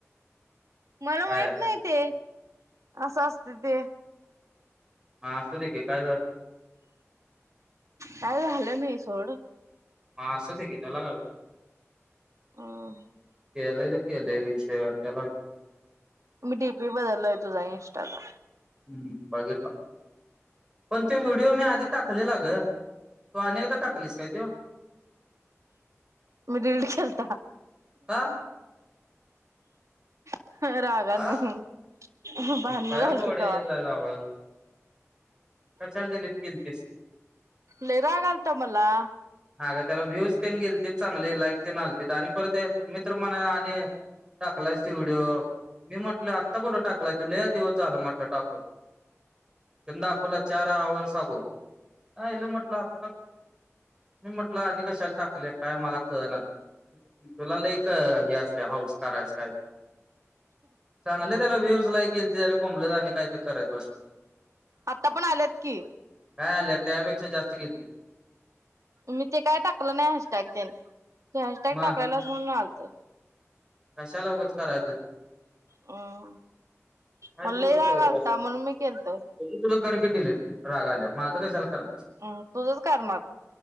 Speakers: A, on the right (about 80°); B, on the right (about 15°).
A: मला
B: काय
A: माइत नइ ते असं असत ते
B: हा, असू दे की, काय झा
A: काय झालं, नाही सोड.
B: हा, असू दे की, त्याला होतयं.
A: <unintelligible>
B: केलं ते केलंय रील शेअर त्याला
A: मी डी पी बदलाय तुझा इंस्टाल.
B: हम, बघितला पण तो व्हिडिओ मी आधी टाक टाकलेला ग तू, आणि एकदा टाकलीस काय तो.
A: मी डिलिट केलता.
B: का
A: <inaudible> रागानं.
B: हा?
A: भांडण
B: पळ्या
A: झालती
B: बोड्याची
A: तवा.
B: आवाज कशाला डिलीट केलतीस?
A: लय राग आलता मला.
B: अगं, त्याला व्ह्यूज तेन गेलतील चांगली, लाईक तेन आलतीत आणि परत ते मित्र म्हणाला आणि टाकलायसं, तो व्हिडीओ मी म्हटलं आता कुठं टाकलाय तो? लय दिवस झालं म्हटलं टाकून. त्यानं, दाखवला चार हव्हर्स एगो एयला म्हंटल आता मी म्हटलं, आणि कशाला टाकले, काय मला कळनाच. तुला लय क हे असत. हाऊस करायचं काय बी चांगलं. त्याला, व्ह्यूज लाईक केलते आणि बोंबलत आणि काय तर करत बस.
A: आता पण आलेत की.
B: काय, आल्यात त्यापेक्षा जास्त गेलते.
A: मी ते काय टाकलं नाही, हॅशटॅग तेन तू हॅशटॅग
B: मग
A: टाकलेलासं म्हणून आलते.
B: कशाला उगचं करायचं.
A: अं,
B: काय
A: मला
B: तर
A: लय
B: उगच
A: राग
B: करायचं
A: आलता
B: बस
A: म्हणून मी केलंत.
B: तुझं तुला कर की, डिलिट राग आल्याव माझं कशाला कर.
A: हम्, तुझंच करणार,